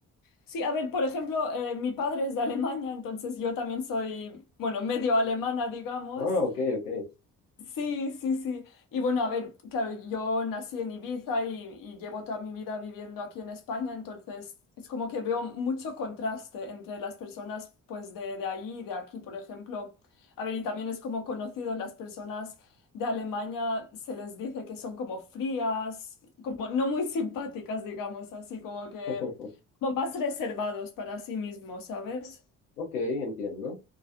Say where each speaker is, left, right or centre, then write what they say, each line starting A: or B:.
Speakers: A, on the left (about 45°); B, on the left (about 85°).
A: Sí, a ver, por ejemplo, eh, mi padre es de Alemania, entonces yo también soy, bueno, medio alemana, digamos.
B: Ah, ok, ok.
A: Sí, sí, sí. Y bueno, a ver, claro, yo nací en Ibiza y, y llevo toda mi vida viviendo aquí en España, entonces es como que veo mucho contraste entre las personas pues de, de ahí y de aquí, por ejemplo. A ver, y también es como conocido, las personas de Alemania se les dice que son como frías, como no muy simpáticas, digamos, así como que
B: <laughs>
A: como más reservados para sí mismos, ¿sabes?
B: Ok, entiendo.